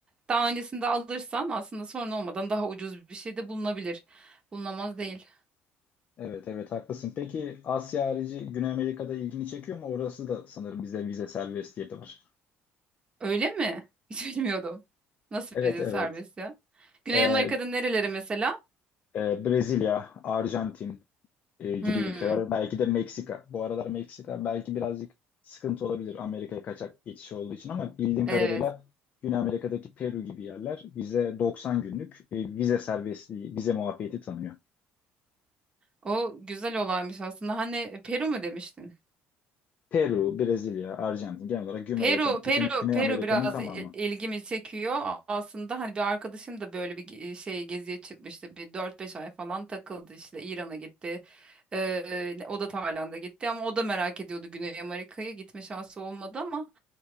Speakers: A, on the right; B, on the left.
A: daha öncesinde alırsan aslında sorun olmadan daha ucuz bir şey de bulunabilir. Bulunamaz değil.
B: Evet, evet haklısın. Peki Asya harici Güney Amerika'da ilgini çekiyor mu? Orası da sanırım bize vize serbestiyeti var.
A: Öyle mi? <laughs> Hiç bilmiyordum. Nasıl
B: Evet
A: vize
B: evet.
A: serbest ya? Güney
B: Ee,
A: Amerika'da nereleri mesela?
B: E, Brezilya, Arjantin e, gibi
A: Hmm,
B: ülkeler. Belki de Meksika. Bu aralar Meksika belki birazcık sıkıntı olabilir Amerika'ya kaçak geçiş olduğu için ama bildiğim
A: evet.
B: kadarıyla Güney Amerika'daki Peru gibi yerler bize 90 günlük e, vize serbestliği, vize muafiyeti tanıyor.
A: O güzel olaymış aslında. Hani Peru mu demiştin?
B: Peru, Brezilya, Arjantin genel olarak Güney
A: Peru,
B: Amerika'nın
A: Peru,
B: Güney Güney
A: Peru
B: Amerika'nın
A: biraz
B: tamamı.
A: e- ilgimi çekiyor. A- Aslında hani bir arkadaşım da böyle bir ge- e, şey geziye çıkmıştı. Bir dört beş ay falan takıldı işte. İran'a gitti. Ee, o da Tayland'a gitti ama o da merak ediyordu Güney Amerika'yı. Gitme şansı olmadı ama